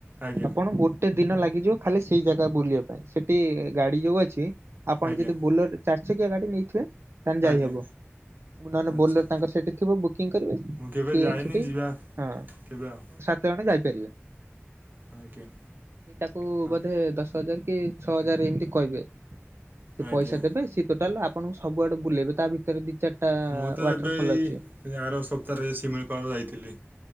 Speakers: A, on the right; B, on the right.
A: ଆଜ୍ଞା।
B: ଆପଣ ଗୋଟେ ଦିନ ଲାଗିଯିବ ଖାଲି ସେଇ ଜାଗା ବୁଲିବା ପାଇଁ ସେଠି ଗାଡି ଯୋଉ ଆପଣ
A: ଆଜ୍ଞା
B: ଯଦି ବୋଲରେ ଚାରି ଚକିଆ ଗାଡି ନେଇଥିବେ ତାହେଲେ
A: ଆଜ୍ଞା
B: ଯାଇହବ। ନହେଲେ
A: ଆଚ୍ଛା
B: ବୋଲରରେ ତାଙ୍କର ସେଇଠି ଥିବ ବୁକିଂ କରିବେ ସିଏ
A: ମୁଁ କେବେ ଯାଇନି
B: ସେଠି
A: ଯିବା
B: ହଁ।
A: କେବେ ଆଉ
B: ସେମାନେ ଯାଇପାରିବେ।
A: ଆଜ୍ଞା।
B: ତାକୁ
A: ହଁ
B: ବୋଧେ ଦଶ ହଜାର କି ଛଅ ହଜାର ଏମିତି କହିବେ ସିଏ
A: ଆଜ୍ଞା
B: ପଇସା ଦେବେ ସିଏ ତ ଆପଣଙ୍କୁ ସବୁଆଡ଼େ ବୁଲେଇବେ ତା ଭିତରେ ଦି ଚାରିଟା
A: ମୁଁ ତ
B: ୱାଟର
A: ଏବେ
B: ଫଲ
A: ଏଇ
B: ଅଛି।
A: ସେ ଆର ସପ୍ତାହରେ ଶିମିଳିପାଳ ଯାଇଥିଲି